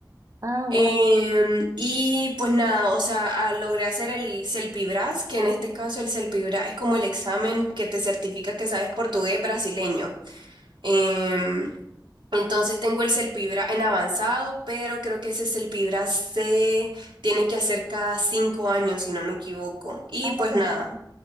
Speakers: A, on the right; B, on the right.
A: Ah, guau.
B: Em, y pues nada, o sea, ah, logré hacer el CELPIBRAS, que en este caso el CELPIBRAS es como el examen que te certifica que sabes portugués brasileño. Em, entonces tengo el CELPIBRAS en avanzado, pero creo que ese CELPIBRAS se tiene que hacer cada cinco años, si no me equivoco. Y
A: Ah,
B: pues
A: ya.
B: nada,